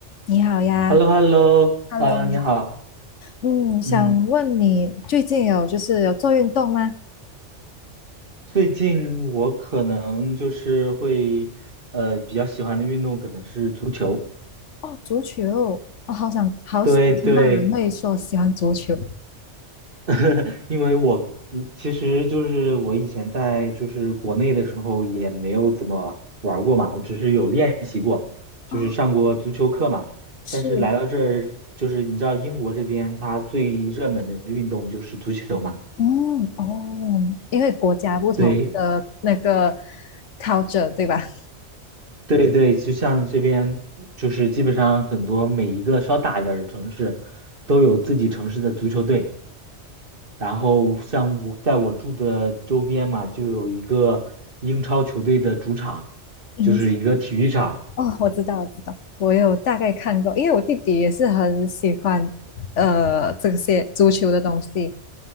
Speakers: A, on the left (about 80°); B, on the right (about 50°).
A: 你好呀，
B: h e l l o h e l l o
A: Hello，
B: 呃，你好，
A: 嗯，想问你最近有就是有做运动吗？
B: 嗯，最近我可能就是会，呃，比较喜欢的运动可能是足球，
A: 哦，足球，我好想好想听到人会说喜欢足球。
B: 对对，<laughs> 因为我嗯其实就是我以前在就是国内的时候也没有怎么玩儿过嘛，我只是有练习过，就是上过足球课嘛，
A: 哦，是，
B: 但是来到这儿，就是你知道英国这边它最热门的运动就是足球嘛。嗯
A: 嗯，哦，因为国家不同的那个
B: 对，
A: culture 对吧？
B: 对对，就像这边，就是基本上很多每一个稍大点儿的城市，都有自己城市的足球队。然后像我在我住的周边嘛，就有一个英超球队的主场，
A: 影响
B: 就是一个体育场。
A: 哦，我知道，我知道，我有大概看过，因为我弟弟也是很喜欢呃这些足球的东西，